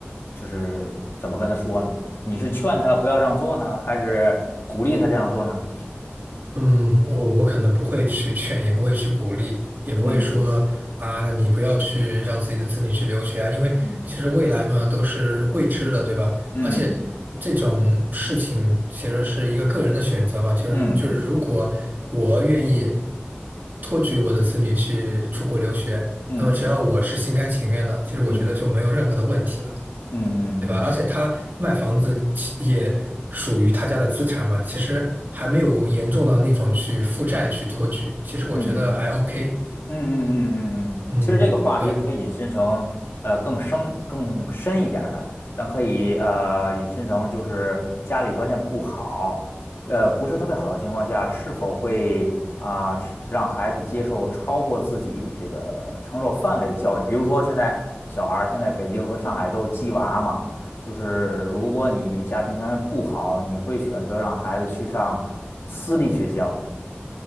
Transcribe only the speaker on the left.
就是怎么跟他说呢？你是劝他不要这样做呢，还是鼓励他这样做呢？
嗯
嗯
嗯
嗯
嗯
嗯嗯嗯嗯嗯嗯。
嗯嗯
嗯嗯嗯嗯嗯，
其实这个话题可以引申成呃更深更深一点儿的，
咱可以呃引申成就是家里条件不好，呃不是特别好的情况下，是否会啊、是让孩子接受超过自己这个承受范围的教育？比如说现在小孩儿现在北京和上海都鸡娃嘛，就是如果你家庭条件不好，你会选择让孩子去上私立学校。